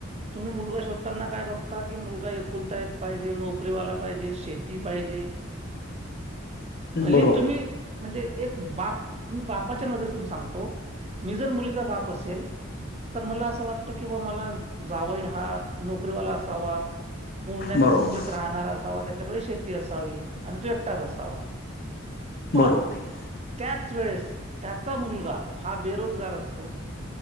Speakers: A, on the right (about 30°); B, on the left (about 50°).
A: तुम्ही मुलगा शोधताना काय बघता की मुलगा एकुलता एक पाहिजे नोकरीवाला पाहिजे शे ती पाहिजे
B: हम्म
A: भले
B: बरोबर
A: तुम्ही म्हणजे एक बाप मी बापाच्या नजरेतून सांगतो मी जर मुलीचा बाप असेल तर मला असं वाटतं की बा मला जावई हा नोकरीवाला असावा, पुण्यात
B: बरोबर
A: मुंबईत राहणारा असावा, त्याच्याकडे शेती असावी आणि तो एकटाच असावा. पण
B: बरोबर
A: त्याच वेळेस त्याचा मुलगा हा बेरोज गार असतो